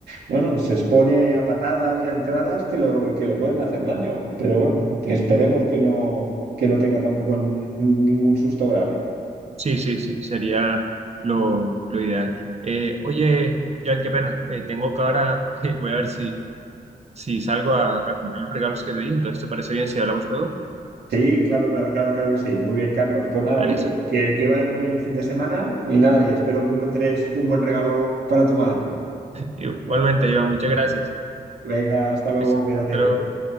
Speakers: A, on the right; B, on the right.
A: bueno, se expone a patadas y a entradas que, lo, que le pueden hacer daño. Pero bueno, esperemos que no, que no tenga tampoco n- ningún susto grave.
B: Sí, sí, sí, sería lo, lo ideal. Eh, oye, Jan, qué pena, eh, tengo que ahora, <laughs> voy a ver si, si salgo a, a cumplir los regalos que te di, entonces ¿te parece bien si hablamos luego?
A: Sí, claro, claro, claro, claro que sí. Muy bien, Carlos. Pues nada,
B: Ah,
A: oye,
B: listo.
A: que, que vaya muy bien el fin de semana y nada, y espero que encuentres un buen regalo para tu madre.
B: Igualmente, Iván, muchas gracias.
A: Venga, hasta luego,
B: Listo, hasta
A: cuídate.
B: luego.